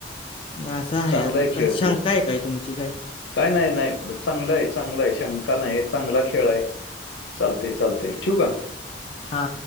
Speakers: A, on the left (about 30°); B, on the left (about 80°).
A: असं आहे
B: चांगला
A: आता काय
B: खेळ
A: शंका
B: तो
A: आहे काय तुमची काय
B: काय नाही नाही चांगलं आहे, चांगलं आहे शंका नाही चांगला खेळ आहे. चालतंय चालतंय ठेवू का.
A: हा